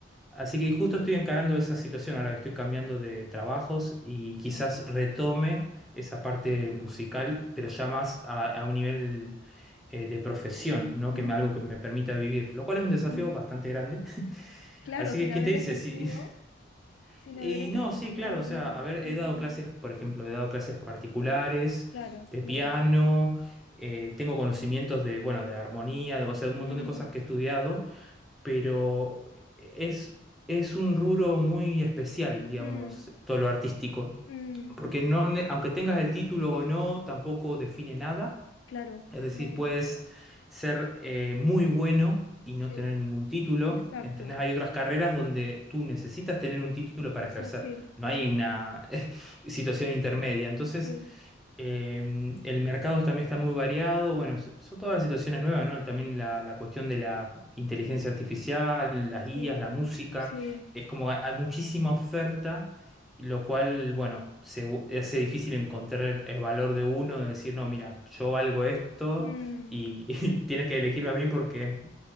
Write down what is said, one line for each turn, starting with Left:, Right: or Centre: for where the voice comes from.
Centre: Así que justo estoy encarando esa situación a la que estoy cambiando de trabajos y quizás retome esa parte musical, pero ya más a, a un nivel eh, de profesión, ¿no?
Left: Mm,
Centre: Que me, algo que me permita vivir, lo cual es un desafío
Left: mm.
Centre: bastante grande.
Left: Claro,
Centre: Así
Left: sin
Centre: que, ¿quién
Left: haber
Centre: te dice?
Left: ejercido,
Centre: Sí. <laughs>
Left: sin
Centre: Y
Left: haber ejercido
Centre: no, sí, claro,
Left: todavía.
Centre: o sea, a ver,
Left: Sí,
Centre: he dado
Left: sí.
Centre: clases, por ejemplo, he dado clases particulares
Left: Claro,
Centre: de
Left: claro.
Centre: piano, eh, tengo conocimientos de, bueno, de armonía, o sea, un
Left: Mm,
Centre: montón de cosas que he estudiado pero es, es un rubro muy especial, digamos,
Left: mm,
Centre: todo lo artístico,
Left: mm.
Centre: porque no, ne- aunque tengas el título o no, tampoco define nada,
Left: Claro,
Centre: es decir,
Left: claro.
Centre: puedes ser eh, muy bueno y
Left: Sí,
Centre: no tener ningún título,
Left: exacto.
Centre: ¿entendés? Hay otras carreras donde tú necesitas tener un título para
Left: Exa-
Centre: ejercer,
Left: sí,
Centre: no
Left: sí.
Centre: hay una <laughs> situación intermedia, entonces...
Left: Sí,
Centre: Eh, el mercado también está muy variado. Bueno, es- son todas las situaciones nuevas, ¿no? También la, la cuestión de la inteligencia artificial, las
Left: sí,
Centre: guías, la música.
Left: sí,
Centre: Es como hay hay muchísima oferta, y lo cual, bueno, se bu- hace difícil encontrar el valor de uno, de decir, no, mira, yo valgo esto
Left: mm,
Centre: y, <laughs> y tienes que elegirme a mí porque,